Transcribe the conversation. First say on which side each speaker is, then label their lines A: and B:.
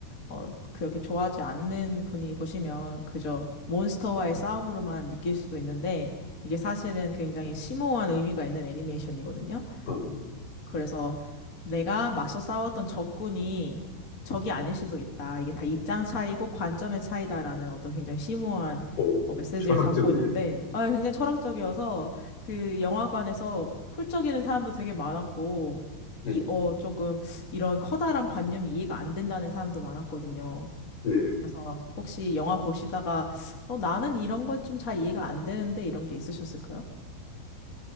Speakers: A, on the left; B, on the left.
A: 어, 그렇게 좋아하지 않는 분이 보시면 그저 몬스터와의 싸움으로만 느낄 수도 있는데 이게 사실은 굉장히 심오한 의미가 있는 애니메이션이거든요.
B: 어,
A: 그래서 내가 맞서 싸웠던 적군이 적이 아닐 수도 있다. 이게 다 입장 차이고 관점의 차이다라는 어떤 굉장히 심오한
B: 오,
A: 어, 메시지를
B: 철학적이네요.
A: 담고 있는데, 아,
B: 예.
A: 굉장히 철학적이어서 그 영화관에서 훌쩍이는 사람도 되게 많았고,
B: 음,
A: 이, 어, 조금 이런 커다란 관념이 이해가 안 된다는 사람도 많았거든요.
B: 네.
A: 그래서 혹시 영화 보시다가, 어, 나는 이런 건 좀 잘 이해가 안 되는데 이런 게 있으셨을까요?